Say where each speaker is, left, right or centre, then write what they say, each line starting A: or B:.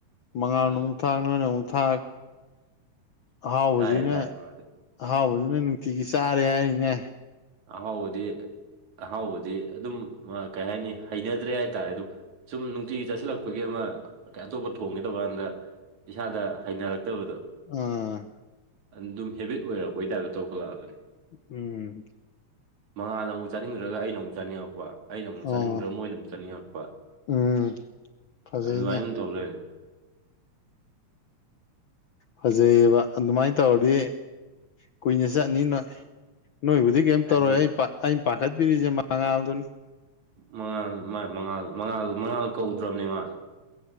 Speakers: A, on the left (about 65°); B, on the right (about 75°).
A: ꯃꯉꯥꯜ
B: ꯎꯝ
A: ꯅꯃꯨꯛ ꯊꯥꯛ ꯅꯣꯏꯅ ꯑꯃꯨꯛ ꯊꯥꯛ ꯑꯍꯥꯎꯕꯁꯤꯅ
B: ꯊꯥꯏꯌꯦ ꯊꯥꯏꯌꯦ ꯃꯥꯗꯤ
A: ꯑꯍꯥꯎꯕꯗꯨꯅ ꯅꯨꯡꯇꯤꯒꯤ ꯆꯥꯔꯦ ꯍꯥꯏꯔꯤꯅꯦ
B: ꯑꯍꯥꯎꯕꯗꯤ ꯑꯍꯥꯎꯕꯗꯤ ꯑꯗꯨꯝ ꯀꯩ ꯍꯥꯏꯅꯤ ꯍꯩꯅꯗ꯭ꯔꯦ ꯍꯥꯏꯇꯥꯔꯦ ꯑꯗꯨꯝ ꯁꯨꯝ ꯅꯨꯡꯇꯤꯒꯤ ꯆꯥꯁꯤꯜꯂꯛꯄꯒꯤ ꯑꯃ ꯀ ꯑꯇꯣꯞꯄ ꯊꯣꯡꯒꯗꯕ ꯗ ꯏꯁꯥꯗ ꯍꯩꯅꯔꯛꯇꯕꯗꯣ
A: ꯑ
B: ꯑꯗꯨꯝ ꯍꯦꯕꯤꯠ ꯑꯣꯏꯔꯛꯄꯒꯤ ꯇꯥꯏꯞꯇ ꯇꯧꯈꯠꯂꯛꯑꯕꯅꯤ
A: ꯎꯝ
B: ꯃꯉꯥꯗ ꯑꯃꯨꯛ ꯆꯥꯅꯤꯡꯗ꯭ꯔꯒ ꯑꯩꯅ ꯑꯃꯨꯛ ꯆꯥꯅꯤꯡꯉꯛꯄ ꯑꯩꯅ ꯑꯃꯨꯛ
A: ꯑꯣ
B: ꯆꯥꯅꯤꯡꯗ꯭ꯔꯥ ꯃꯣꯏꯗ ꯑꯃꯨꯛ ꯆꯠꯅꯤꯡꯉꯛꯄ
A: ꯎꯝ ꯐꯖꯩꯅꯦ
B: ꯑꯗꯨꯃꯥꯏꯅ ꯑꯃ ꯇꯧꯕ ꯂꯩꯔꯦ
A: ꯐꯖꯩꯌꯦꯕ ꯑꯗꯨꯃꯥꯏꯅ ꯇꯧꯔꯗꯤ ꯀꯨꯏꯅ ꯆꯠꯅꯤ ꯅꯣꯏ ꯅꯣꯏꯕꯨꯗꯤ ꯀꯩꯝ ꯇꯧꯔꯣꯏ
B: ꯑꯦ
A: ꯑꯩ ꯑꯩꯅ ꯄꯥꯈꯠꯄꯤꯔꯤꯁꯦ ꯃꯉꯥꯜꯗꯨꯅꯤ
B: ꯃꯉꯥꯜ ꯃꯉꯥꯜ ꯃꯉꯥꯜ ꯃꯉꯥꯜ ꯀꯧꯗ꯭ꯔꯕꯅꯦ ꯃꯥ